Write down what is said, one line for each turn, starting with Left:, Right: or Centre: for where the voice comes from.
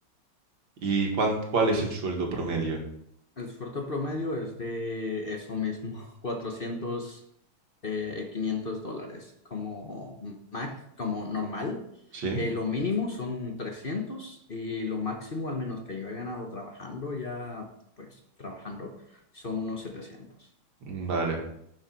Right: ¿Y cuán- cuál es el sueldo promedio?
Left: El sueldo promedio es de eso mismo, <laughs> 400 eh, 500 dólares como max, como normal.
Right: ¿Sí?
Left: Eh, lo mínimo son 300 y lo máximo, al menos que yo he ganado trabajando, ya pues trabajando, son unos 700.
Right: Vale,